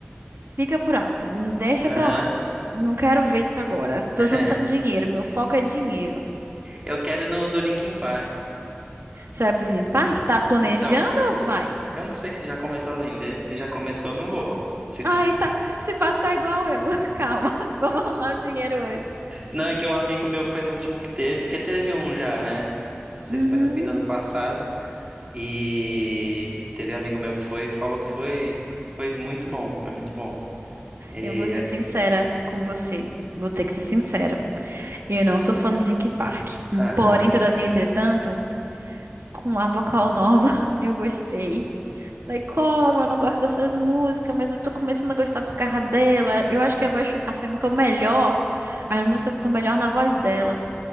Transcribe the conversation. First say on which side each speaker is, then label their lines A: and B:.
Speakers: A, on the right; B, on the right.
A: fica por alto, deixa
B: Aham.
A: pra lá. Não quero ver isso agora. Tô
B: <laughs>
A: juntando dinheiro, meu foco é dinheiro.
B: Eu quero ir no do Linkin Park.
A: Você vai pro Disney Park? Tá planejando?
B: Então,
A: ou Vai.
B: eu não sei se já começou a vender. Se já começou, eu não vou. Se
A: Ai, tá. Se pá, tá igual eu. <laughs> Calma, <laughs> vamos arrumar o dinheiro hoje.
B: Não, é que um amigo meu foi no último que teve, porque teve um já, né? Não sei
A: Uhum.
B: se foi no fim do ano passado. E teve amigo meu que foi e falou que foi, foi muito bom, foi muito bom. E,
A: Eu vou ser sincera com você. Vou ter que ser sincera. Eu não sou fã de Linkin Park.
B: aham,
A: Porém, todavia, entretanto, com a vocal nova, <laughs> eu gostei. Daí como? Eu não gosto dessas músicas, mas eu tô começando a gostar por causa dela. Eu acho que a voz fi- assentou melhor. As músicas estão melhor na voz dela.